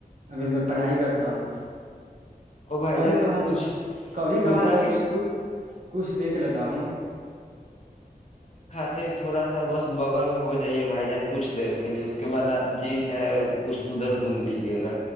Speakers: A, on the right (about 50°); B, on the left (about 45°).
A: ابھی میں پڑھائی کرتا ہوں
B: او بھائی
A: کبھی
B: جان
A: کبھار
B: کچھ
A: کبھی
B: خدا
A: کبھار
B: کے
A: کچھ ک کچھ دیکھ لیتا ہوں
B: ط تھوڑا سا بس بغل میں ہو جائیے بھائی جان کچھ دیر کے لیے اس کے بد آپ جی چاہے اس ادھر گھوم لیجیے گا